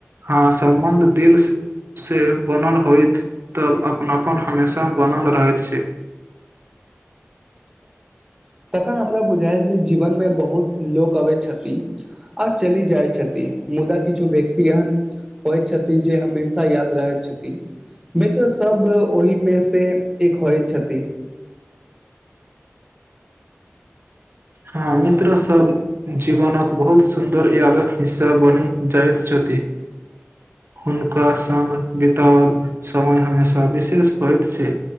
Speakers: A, on the right; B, on the right.
A: हँ सम्बन्ध दिल से बनल होइत तब अपनापन हमेशा बनल रहैत छै
B: तखन हमरा बुझायल जे जीवनमे बहुत लोक अबै छथि आ चली जाइत छथि मुदा किछु व्यक्ति एहन होइत छथि जे हमेशा याद रहैत छथि मित्र सब ओहिमे से एक होइत छथि
A: हँ मित्रसभ जीवनक बहुत सुन्दर यादक हिस्सा बनि जाइत छथि हुनका सङ्ग बिताओल समय हमेशा विशेष होइत छै